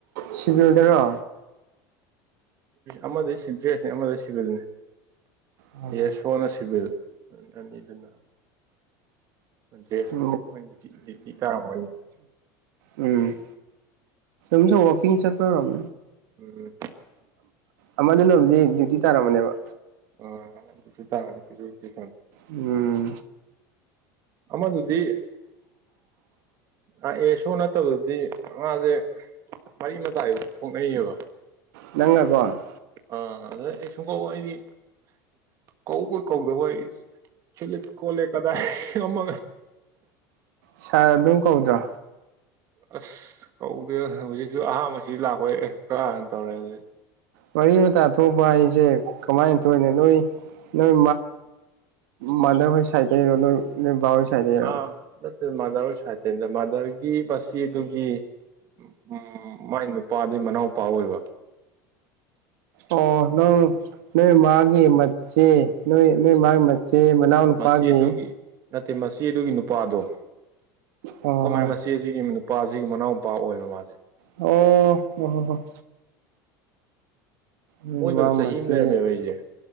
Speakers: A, on the right; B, on the right.
A: ꯁꯤꯕꯤꯨꯗꯦꯔꯣ
B: ꯑꯃꯗ ꯁꯤ ꯗ꯭ꯔꯦꯁꯅꯤ ꯑꯃꯗ ꯁꯤꯚꯜꯅꯦ
A: ꯎꯝ
B: ꯌꯦꯁꯣꯅ ꯁꯤꯚꯤꯜ ꯑꯅꯤꯗꯨꯅ ꯗ꯭ꯔꯦꯁꯅꯤ
A: ꯎ
B: ꯃꯣꯏ ꯗ꯭ꯌꯨꯇꯤ ꯗ꯭ꯌꯨꯇꯤ ꯇꯥꯔꯝꯒꯅꯤ
A: ꯎꯝ ꯝꯁꯨꯣ ꯋꯥꯀꯤꯡ ꯆꯠꯄꯔꯣꯝ
B: ꯎꯝ
A: ꯑꯃꯗꯨꯅꯕꯗꯤ ꯗ꯭ꯌꯨꯇꯤ ꯇꯥꯔꯝꯃꯅꯦꯕ
B: ꯑꯣ ꯁꯤ
A: ꯎꯝ
B: ꯑꯃꯗꯤ ꯑꯦ ꯁꯣ ꯅꯠꯇꯕꯗꯗꯤ ꯃꯥꯁꯦ ꯃꯔꯤ ꯃꯇꯥꯏꯗꯨ ꯊꯣꯛꯅꯩꯑꯕ
A: ꯅꯪꯅꯀꯣ
B: ꯑ ꯑꯗꯨꯝ ꯀꯗꯤ ꯀꯧꯣꯏ ꯀꯧꯗꯕꯣꯏ ꯁꯤꯂꯤꯠ ꯀꯣꯜꯂꯦ ꯀꯗꯥꯏ ꯋꯥꯃ
A: ꯁꯥꯔ ꯑꯗꯨꯝ ꯀꯧꯗ꯭ꯔꯣ
B: ꯑꯁ ꯀꯧꯗꯦ ꯍꯧꯖꯤꯛꯁꯨ ꯑꯍꯥꯕꯁꯤ ꯂꯥꯛꯄ ꯑꯦ ꯀꯔꯅ ꯇꯧꯔꯦ ꯑꯗꯨꯗꯤ
A: ꯃꯔꯤ ꯃꯇꯥ ꯊꯣꯛꯄ ꯍꯥꯏꯁꯦ ꯀꯃꯥꯏꯅ ꯊꯣꯛꯏꯅ ꯅꯣꯏ ꯅꯣꯏ ꯃꯥꯜ ꯍ ꯆꯥꯏꯗꯔꯣ ꯅꯣꯏꯕꯥꯣꯏ ꯁꯥꯏꯗꯔꯣ
B: ꯑ ꯅꯠꯇꯦ ꯃꯥꯗꯔ ꯁꯥꯏꯠꯇꯔꯤꯗ ꯃꯥꯗꯔꯒꯤ ꯃꯁꯤ ꯑꯗꯨꯒꯤ ꯎ ꯎꯝ ꯃꯥꯏ ꯅꯨꯄꯥꯗꯨꯩ ꯃꯅꯥꯎꯨꯄꯥ ꯑꯣꯏꯕ
A: ꯑꯣ ꯅꯪ ꯅꯣꯏ ꯃꯥꯒꯤꯦ ꯃꯦ ꯅꯣꯏ ꯅꯣꯏ ꯃꯥꯒꯤ ꯃꯆꯦ ꯃꯅꯥꯎ ꯅꯨꯄꯥꯒꯤ
B: ꯃꯆꯦꯗꯨꯒꯤ ꯅꯠꯇꯦ ꯃꯆꯦ ꯑꯗꯨꯒꯤ ꯅꯨꯄꯥꯗꯣ ꯑꯩꯈꯣꯏ
A: ꯍꯣꯏ
B: ꯃꯥꯏ ꯃꯆꯦ ꯑꯁꯤꯒꯤ ꯅꯨ ꯅꯨꯄꯥꯁꯤꯒꯤ ꯃꯅꯥꯎꯨꯄꯥ ꯑꯣꯏꯑꯕ ꯃꯥꯁꯦ
A: ꯑꯣ ꯑꯣ ꯍꯣ ꯍꯣ ꯅꯣꯏ
B: ꯑꯣꯏꯣꯏꯗ
A: ꯃꯥ
B: ꯆꯍꯤꯍꯤ
A: ꯃꯆꯦ
B: ꯑꯃ ꯂꯩꯔꯝꯃꯦꯕꯏꯁꯦ